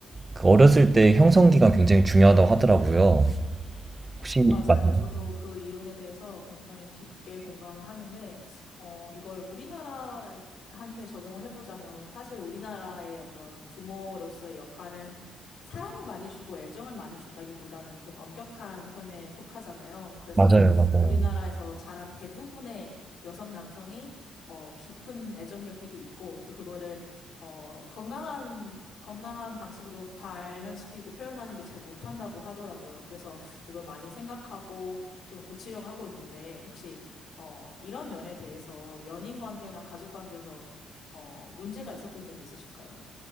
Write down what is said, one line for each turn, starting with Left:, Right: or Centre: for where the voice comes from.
Right: 그 어렸을 때 형성기가 굉장히 중요하다고 하더라고요. 혹시
Left: 맞아요.
Right: 맞나요?
Left: 저도 그 이론에 대해서 굉장히 깊게 공감을 하는데, 어, 이걸 우리나라한테 적용을 해보자면, 사실 우리나라의 어떤 부모로서의 역할은 사랑을 많이 주고 애정을 많이 준다기보다는 좀 엄격한 편에 속하잖아요. 그래서
Right: 맞아요, 맞아요.
Left: 우리나라에서 자란 대부분의 여성 남성이, 어, 깊은 애정 결핍이 있고, 또 그거를, 어, 건강한, 건강한 방식으로 발현시키고 표현하는 게 잘 못한다고 하더라고요. 그래서 이걸 많이 생각하고 좀 고치려고 하고 있는데 혹시 어, 이런 면에 대해서 연인 관계나 가족 관계에서 어, 문제가 있었던 적이 있으실까요?